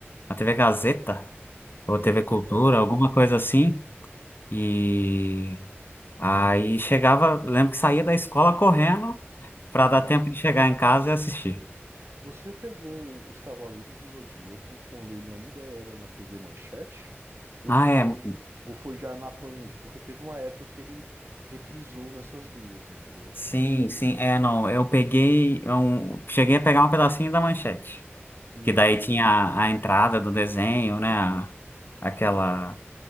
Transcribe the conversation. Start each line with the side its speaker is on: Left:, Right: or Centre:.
Left: na TV Gazeta. ou
Right: Eita.
Left: TV Cultura, alguma coisa assim. E aí chegava, lembro que saía da escola correndo para
Right: Aham.
Left: dar tempo de chegar em casa e assistir.
Right: Você pegou os Cavaleiros do Zodíaco quando ele ainda era na TV Manchete? Ou
Left: Ah,
Right: foi,
Left: é.
Right: ou foi já na Band? Porque teve uma época que ele reprisou nessas duas, entendeu?
Left: Sim, sim, é, não. Eu peguei, um, cheguei a pegar um pedacinho da manchete,
Right: Hum.
Left: que daí tinha a, a entrada do desenho, né?
Right: Uhum.
Left: a- aquela,
Right: Uhum.